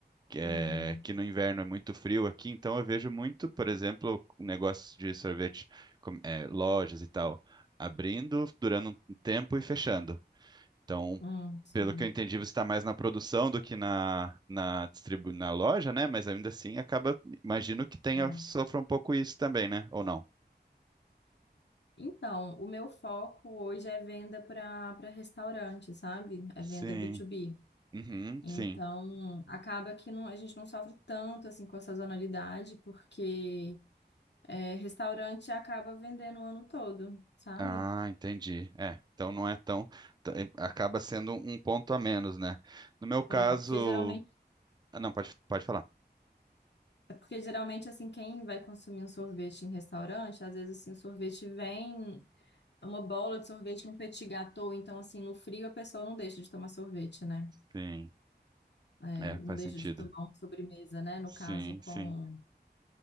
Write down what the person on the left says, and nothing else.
Uhum.
Hum, sim.
É.
Então, o meu foco hoje é venda para para restaurante, sabe? É
venda B2B.
Então,
acaba que não, a gente não sofre tanto assim com a sazonalidade, porque é, restaurante acaba vendendo o ano todo, sabe?
É, porque geralmente
É porque geralmente, assim, quem vai consumir um sorvete em restaurante, às vezes, assim, o sorvete vem é uma bola de sorvete com petit gâteau, então, assim, no frio a pessoa não deixa de tomar sorvete, né?
É,
não
deixa
de tomar uma sobremesa, né? No
caso, com,